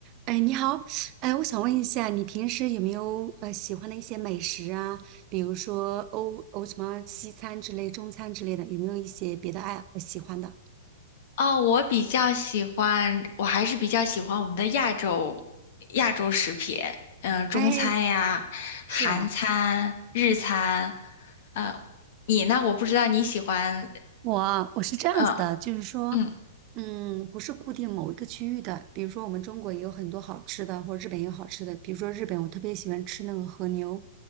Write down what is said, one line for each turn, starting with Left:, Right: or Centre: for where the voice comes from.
Right: 哎，你好，哎，我想问一下，你平时有没有呃喜欢的一些美食啊？比如说欧欧什么西餐之类、中餐之类的，有没有一些别的爱呃喜欢的？
Left: 哦，我比较喜欢，我还是比较喜欢我们的亚洲亚洲食品，嗯、中餐呀、
Right: 哎，是吧？
Left: 韩餐、日餐，呃，你呢？我不知道你喜欢，
Right: 我我是这样子的，
Left: 嗯
Right: 就是说，
Left: 嗯，
Right: 嗯，不是固定某一个区域的。比如说，我们中国也有很多好吃的，或者日本也有好吃的。比如说，日本我特别喜欢吃那个和牛，